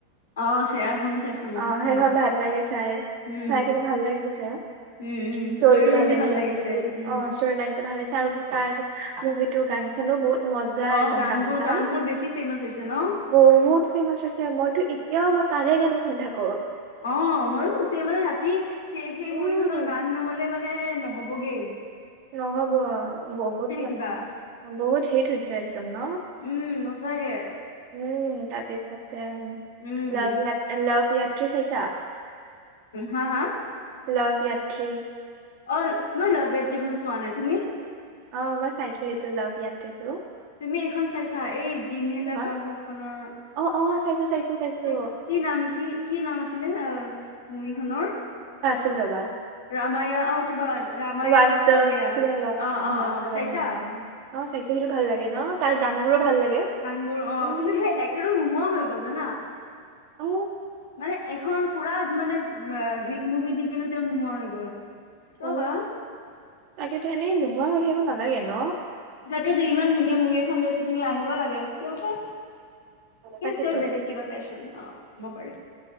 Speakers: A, on the left; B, on the right.
A: অ চেয়াৰখন চাইছো মই
B: অহ
A: উম
B: সেইখন ভাল লাগে চাই
A: উম
B: চাই কিনে ভাল লাগি দিছে
A: উম উম
B: ষ্টৰিটো
A: ষ্টৰি লাইনটো
B: ভাল লাগিছে
A: উম
B: অহ ষ্টৰি লাইনটো ভাল লাগিছে। তাৰ তাৰ মুভিটো গান চালো বহুত। মজা
A: অহ
B: একদম
A: গানবোৰ
B: গান চান
A: গানবোৰ বেছি ফেমাচ হৈছে ন?
B: বহুত ফেমাচ হৈছে মইতো এতিয়াও মই তাৰে গান। শুই থাকোঁ।
A: অহ মইয়ো ছে মানে ৰাতি সেই সেই
B: উম
A: মুভি খনৰ গান নহলে মানে ন হ'বগে
B: নহব বহুত ম
A: কিবা
B: বহুত থটছ একদম ন
A: উম সঁচাকে
B: উম তাৰপিছতে
A: উম
B: লভ লভয়াত্ৰী চাইছা
A: হা হা
B: লভয়াত্ৰী
A: অ' মই লাইব্ৰেটীখন চোৱা। নাই তুমি?
B: অ' মই চাইছো এইটো লাভয়াত্ৰ্ৰীটো।
A: তুমি এইখন চাইছা এই জিনলা
B: এখন।
A: গাহু খনৰ,
B: অ অ চাইছো চাইছো চাইছো
A: শেই কি নাম কি কি নাম আছিলে আহ মুভিখনৰ?
B: ছিল বাবা
A: ৰামায়া অ কিবা ৰামায়া
B: বাস্তৱ
A: বাস্তাৱায়া
B: কি বুলি
A: অ
B: অবাস্তৱ
A: অ অ চাইছা
B: অ' চাইছো সেইটো ভাল লাগে ন? তাৰ গান বোৰো ভাল লাগে।
A: বোৰ অ'
B: উম
A: কিন্তু সেই এক্টো নোহোৱা হৈ গ'ল জানা।
B: অ
A: মানে এখন পুৰা মানে হিট মুভি দি কনে তেওঁ নোহোৱা হৈ গ'ল। কিয়
B: অ
A: বা,
B: তাকেতো এনেই নোহোৱা হৈ থাকিব নালাগে ন।
A: তাকে ত' ইমান ধুনীয়া মুভি। <unintelligible> তুমি আহিব লাগে। কিয় বা,
B: তাকেতো
A: তেওঁৰ বেলেগ কিবা পেশচন অ'। কব পাৰে,